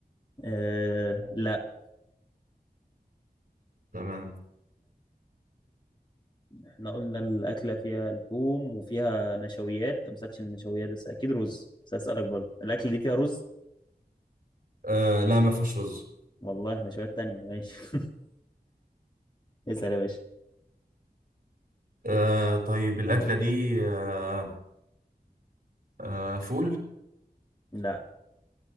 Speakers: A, on the left; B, on the right.
A: أه لا
B: تمام
A: احنا قلنا الاكله فيها لحوم وفيها نشويات ما سالتش النشويات بس اكيد رز بس اسالك برضه الاكله دي فيها رز
B: آه لا ما فيهاش رز
A: والله نشويات تانية ماشي <laughs> اسال يا باشا
B: آه طيب الاكله دي آه آه فول
A: لا